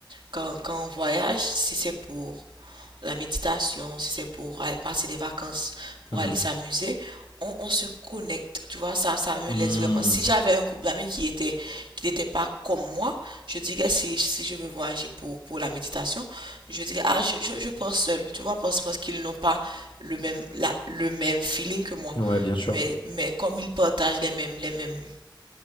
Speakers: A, on the right; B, on the left.
A: Quand, quand on voyage, si c'est pour la méditation, si c'est pour aller passer des vacances, pour
B: mhm,
A: aller s'amuser, on, on se connecte. Tu vois, ça, ça me
B: mhm,
A: laisse vraiment. Si j'avais un groupe d'amis qui était, qui n'était pas comme moi, je dirais si, si je veux voyager pour, pour la méditation, je dirais, ah, je, je, je pars seul, tu vois, parce, parce qu'ils n'ont pas le même, la, le même feeling que moi.
B: mhm. Ouais, bien sûr.
A: Mais, mais comme ils partagent les mêmes, les mêmes